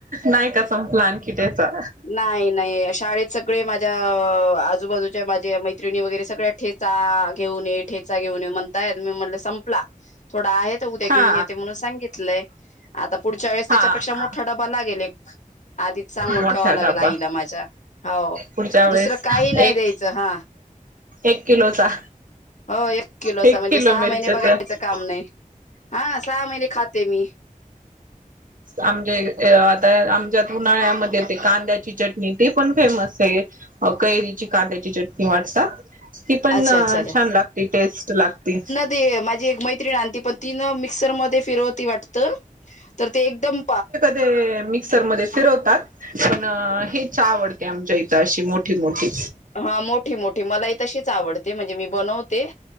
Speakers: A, on the right; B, on the left.
A: नाही का संपला, आणखी ठेचा.
B: नाई नाई, शाळेत सगळे माझ्या, आजूबाजूच्या माझ्या मैत्रिणी वगैरे, सगळ्या ठेच -चा घेऊन ये, ठेचा घेऊन ये म्हणतायत. मी म्हणलं संपला. थोडा आहे तर उद्या घेऊन
A: हा
B: येते म्हणून सांगितलंय. आता पुढच्या वेळेस त्याच्यापेक्षा
A: हा
B: मोठा डबा लागेल एक आधीच सांगून
A: मोठा
B: ठेवावं लागेल
A: डबा
B: आईला माझ्या. हो.
A: पुढच्या वेळेस
B: दुसरं काही नाई
A: एक
B: देत तिचं हा.
A: एक किलोचा.
B: हो. एक किलोचा,
A: एक
B: म्हणजे
A: किलो
B: सहा
A: मिरचीच
B: महिने बघायचं
A: आहे
B: काम नई. हा सहा महिने खाते मी.
A: आमजे, आता आमच्या उन्हाळ्यामध्ये, ते कांद्याची चटणी ती पण फेमस ए. अं कैरीची कांद्याची चटणी वाटसं ती पण,
B: अच्छा, अच्छा,
A: छान लागतती. टेस्ट लागती.
B: ती माझी एक मैत्रीण आणती, पण ती नं मिक्सर म फिरवती वाटतं. तर ते एकदम
A: ते मिक्सरमध्ये फिरवतात पण हीच आवडते, आमच्या इथं अशी मोठी मोठी.
B: हं. मोठी मोठी, मला ही तशीच आवडते, म्हणजे मी बनवते.